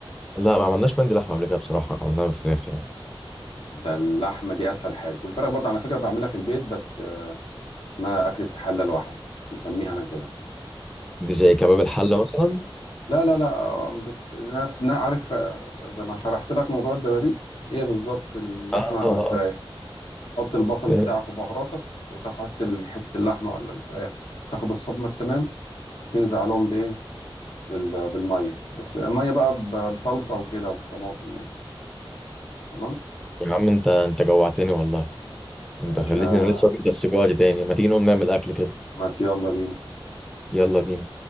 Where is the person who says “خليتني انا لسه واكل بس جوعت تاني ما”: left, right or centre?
Centre